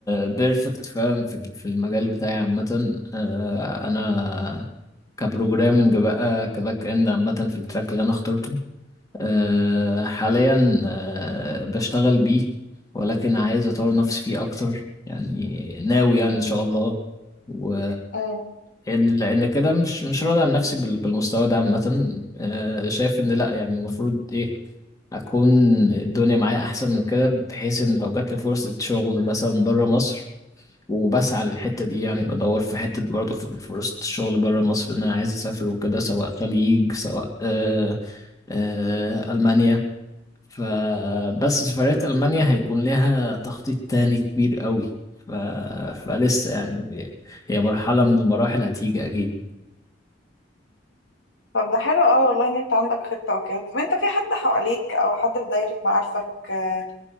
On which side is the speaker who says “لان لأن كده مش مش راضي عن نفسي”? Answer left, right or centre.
Left